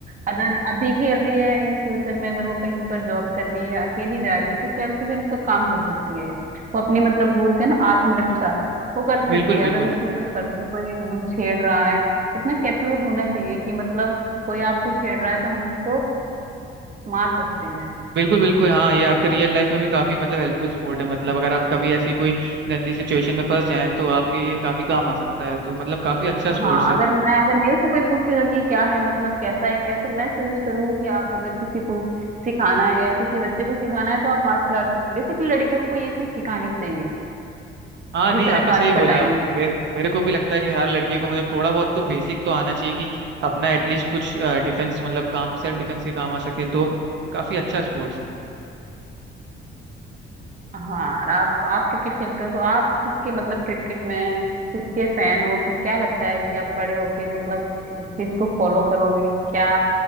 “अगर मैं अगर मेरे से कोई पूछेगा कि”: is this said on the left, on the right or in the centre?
Right